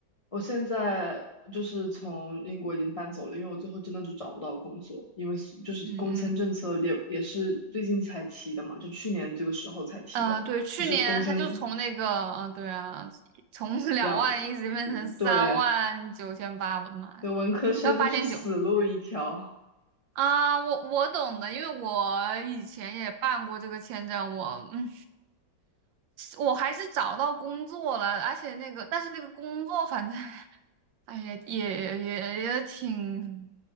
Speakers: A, on the left (about 45°); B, on the right (about 80°).
A: 我现在就是从英国已经搬走了，因为我最后真的就找不到工作，因为是就是工签政策也也是最近才提的嘛，
B: 嗯嗯
A: 就去年这个时候才提的，
B: 呃对，去年他就是从那个嗯、
A: 就是工签
B: 呃对啊，从 <laughs> 两万一直变成三万九千八，
A: 两，嗯，对，
B: 我的妈呀，
A: 对，文科生就是死路一条。
B: 三万八千九。啊，我我懂的，因为我以前也办过这个签证，我嗯，我还是找到工作了，而且那个，但是那个工作反正 <laughs> 哎，也也也也挺